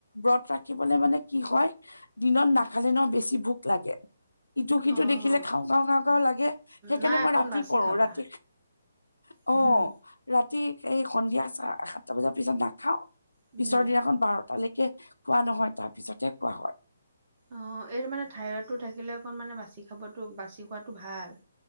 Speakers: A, on the left (about 75°); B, on the right (about 30°).
A: ব্ৰত ৰাখিবলে মানে কি হয় দিনত নাখালে ন বেছি ভোক লাগে। ইটো সিটো
B: অ'
A: দেখিলে খাওঁ-খাওঁ-খাওঁ-খাওঁ লাগে সেইকাৰণে
B: নাই
A: মই
B: অকণ
A: ৰাতি
B: বাচি
A: কৰো।
B: খাবা।
A: ৰাতি অ',
B: উম,
A: ৰাতি সেই সন্ধিয়া চ সাতটা বজাৰ পিছত নাখাওঁ
B: উম।
A: পিছৰ দিনাখন বাৰটালে কে খোৱা নহয় তাৰ পিছতহে খোৱা হয়।
B: অ', এইটো মানে থাইৰইডটো থাকিলে অকণ মানে বাচি খাবতো বাচি খোৱাটো ভাল।